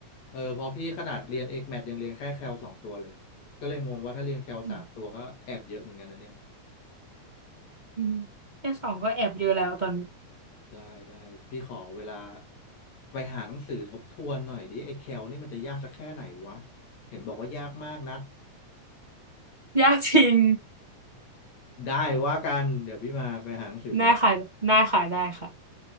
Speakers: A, on the left; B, on the right.
A: เออเพอพี่ขนาดเรียนเอกแมทยังเรียนแค่แคลสองตัวเลยก็เลยงงว่าถ้าเรียนแคลสามตัวก็แอบเยอะเหมือนกันนะเนี่ย
B: อืมอืมแค่สองก็แอบเยอะแล้วตอนนี้
A: ได้ได้พี่ขอเวลาไปหาหนังสือทบทวนหน่อยดิไอ้แคลนี่มันจะยากสักแค่ไหนวะเห็นบอกว่ายากมากนก
B: ยากจริง
A: ได้ว่ากันเดี๋ยวพี่มาไปหาหนังสือแป๊บ
B: ได้ค่ะได้ค่ะได้ค่ะ